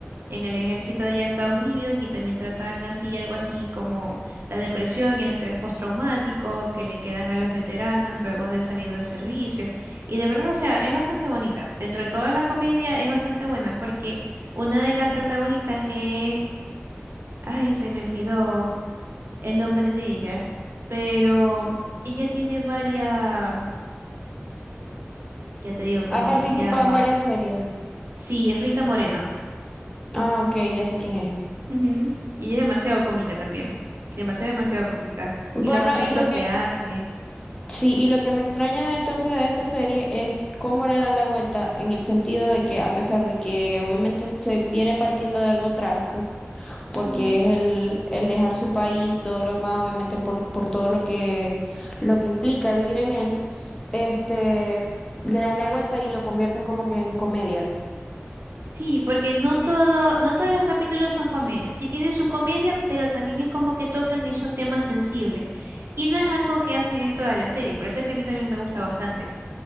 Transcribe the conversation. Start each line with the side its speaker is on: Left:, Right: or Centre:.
Right: en el ejército de allá de Estados Unidos y también tratan así algo así como la depresión y el estrés postraumático que le quedan a los veteranos luego de salir de servicio. Y de verdad, o sea, es bastante bonita. Dentro de toda la comedia es bastante buena porque una de las protagonistas es, ay, se me olvidó el nombre de ella, pero ella tiene varias, ya te digo cómo
Left: Ha participado
Right: se llama.
Left: en varias series.
Right: Sí, Rita Moreno.
Left: Ah, ok, ya sé quién es.
Right: Ujú. Y ella es demasiado cómica también. Demasiado, demasiado cómica.
Left: Bueno,
Right: Y los acentos
Left: y lo que,
Right: que hace.
Left: sí, y lo que me extraña de entonces de esa serie es cómo le dan la vuelta en el sentido de que a pesar de que obviamente se viene partiendo de algo trágico, porque
Right: Ujú.
Left: es el, el dejar su país y todo lo demás, obviamente por, por todo lo que, lo que implica vivir en él, este, le dan la vuelta y lo convierten como que en comedia.
Right: Sí, porque no todo, no todos los capítulos son comedias. Sí tienen su comedia, pero también es como que tocan esos temas sensibles. Y no es algo que hacen en todas las series. Por eso es que a mí también me gusta bastante.